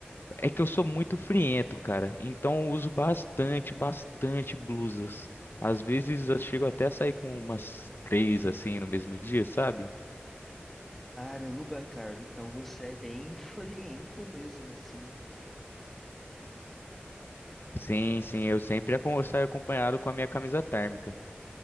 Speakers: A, on the left; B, in the centre.
A: É que eu sou muito friento, cara. Então eu uso bastante, bastante blusas. Às vezes eu chego até a sair com umas três assim no mesmo dia, sabe?
B: Caramba, cara, então você é bem <laughs> friento mesmo, assim.
A: Sim, sim, eu sempre acom- eu saio acompanhado com a minha camisa térmica.